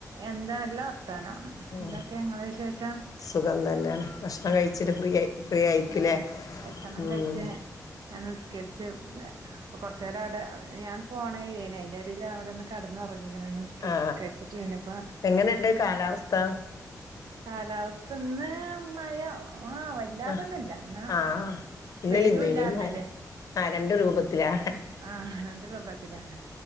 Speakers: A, on the right; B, on the left.
A: എന്താ നല്ല വർത്താനം
B: ഉം
A: എന്തൊക്കെ നിങ്ങള വിശേഷം?
B: സുഖം തന്നെയാണ് ഭക്ഷണം കഴിച്ചിട്ട് ഫ്രീ ഫ്രീ ആയിരിക്കൂലേ
A: ഏ ഭക്ഷണം
B: ഉം
A: കഴിച്ച് ഞാൻ നിസ്കരിച്ച് ഹ് കുറചേരം അവിടെ ഞാൻ ഫോനെയ്യെയ്നി അതിൻ്റെ എടീൽ അവിടെന്ന് കിടന്നുറങ്ങിക്കണ് നിസ്കരിച്ചിട്ട്
B: ആ
A: പിന്നപ്പ
B: എങ്ങനെയുണ്ട് കാലാവസ്ഥ
A: കാലാവസ്ഥ ഇന്ന് മഴ ആഹ് വാ അലതൊന്നുല്ല
B: ആ
A: എന്നാ
B: ആഹ് ഇന്നലെ
A: വെയിലും
B: ഇന്നേനിം
A: ഇല്ലാർഞ്ഞില്ലേ.
B: മഴ ആഹ് രണ്ട് രൂപത്തിലാ
A: ആഹ് രണ്ട് രൂപത്തിലാണ്.